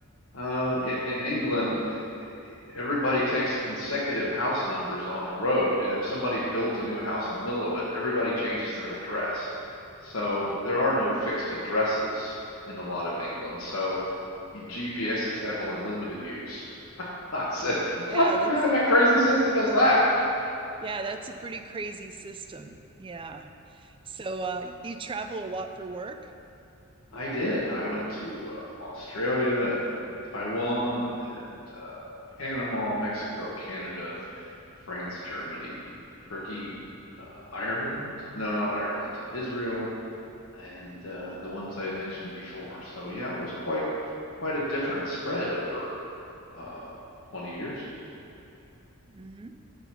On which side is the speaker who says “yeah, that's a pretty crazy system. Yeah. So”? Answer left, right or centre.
Right